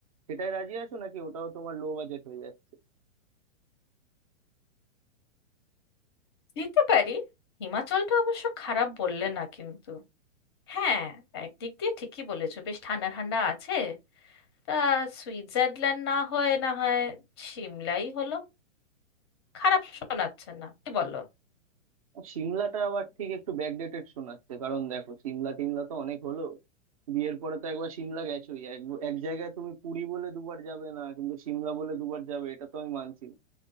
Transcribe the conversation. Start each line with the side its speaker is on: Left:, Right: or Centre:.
Right: সেটাই রাজি আছো নাকি ওটাও তোমার লো বাজেট হয়ে যাচ্ছে
Left: যেতে পারি হিমাচলটা অবশ্য খারাপ বললে না কিন্তু হ্যাঁ একদিক দিয়ে ঠিকই বলেছো বেশ ঠান্ডা ঠান্ডা আছে তা সুইজারল্যান্ড না হয়ে না হয় সিমলাই হলো খারাপ শোনাচ্ছে না কি বলো
Right: আর সিমলাটা আবার ঠিক একটু ব্যাকডেটেড শোনাচ্ছে কারণ দেখো সিমলা টিমলা তো অনেক হলো বিয়ের পরে তো একবার সিমলা গেছোই এক এক জায়গায় তুমি পুরী বলে দুবার যাবে না কিন্তু সিমলা বলে দুবার যাবে এটা তো আমি মানছি না